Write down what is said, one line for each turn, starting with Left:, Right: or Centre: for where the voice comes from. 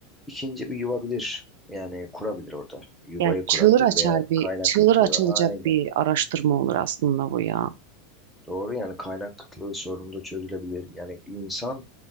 Centre: ikinci bir yuva bilir. Yani kurabilir orada. Yuvayı
Right: Yani
Centre: kurabilir
Right: çığır açar
Centre: veya
Right: bir,
Centre: kaynak
Right: çığır
Centre: kıtlığı.
Right: açılacak
Centre: Aynen.
Right: bir araştırma olur aslında bu ya.
Centre: Doğru yani kaynak kıtlığı sorunu da çözülebilir. Yani insan